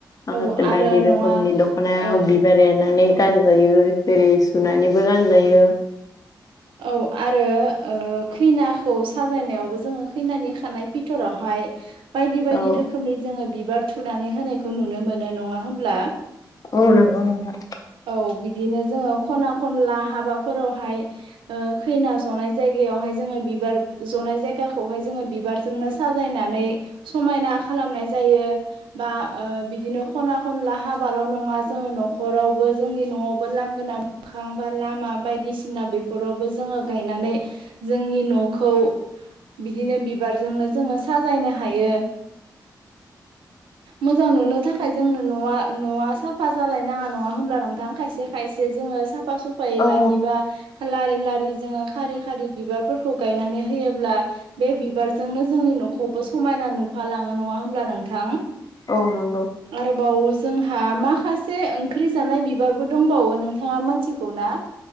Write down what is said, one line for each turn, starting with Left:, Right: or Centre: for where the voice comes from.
Left: आं
Right: औ
Left: <unintelligible>
Right: आरो
Left: बायदिेरखोमनि
Right: नङा
Left: दखनायाव
Right: ओ
Left: बिबार एरनानै गानजायो जेरै सुनानैबो गानजायो।
Right: औ आरो ओ खैनाखौ साजायनायावबो जोङो खैनानि खानाय पिथर'हाय बायदि बायदि
Left: औ
Right: रोखोमनि जोङो बिबार थुनानै होनायखौ नुनो मोनो नङा होमब्ला?
Left: औ नंगौ नोंथां।
Right: औ बिदिनो जोङो खना खनला हाबाफोरावहाय ओ खैना जनाय जायगायावहाय जोङो बिबार जनाय जायगाखौहाय जोङो बिबारजोंनो साजायनानै समायना खालामनाय जायो। बा ओ बिदिनो खना खनला हाबाल' नङा जोङो न'खरावबो जोंनि न'आवबो लांगोना मोखां बा लामा बायदिसिना बे नख'रावबो जोङो गायनानै जोंनि न'खौ बिदिनो बिबारजोंनो जोङो साजायनो हायो। मोजां नुनो थाखाय जोंनो न'आ न'आ साफा जालायनाङा नङा होनब्ला नोंथां खायसे खायसे जोङो साफा सुफ फायै
Left: औ
Right: लाखिबा लारि लारि जोङो खारि खारि बिबारफोरखौ गायनानै होयोब्ला बे बिबारजोंनो जोंनि न'खौबो समायना नुफालाङो नङा होमब्ला नोंथां?
Left: औ नंगौ।
Right: आरोबाव जोंहा माखासे ओंख्रि जानाय बिबारबो दंबावो नोंथाङा मोनथिगौ ना?